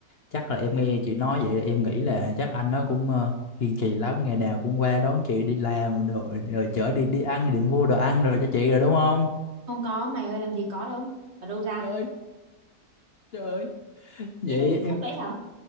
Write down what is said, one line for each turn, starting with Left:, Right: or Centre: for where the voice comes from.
Left: chắc là em nghe chị nói vậy em nghĩ là chắc anh nó cũng ờ, kiên trì lắm ngày nào cũng qua đón chị đi làm rồi rồi chở đi đi ăn đi mua đồ ăn rồi cho chị rồi đúng không
Right: Không có, mày ơi làm gì có đâu. Ở đâu ra?
Left: Trời ơi, trời ơi.
Right: Nghĩ
Left: vậy
Right: là tưởng
Left: em
Right: chất đấy hả?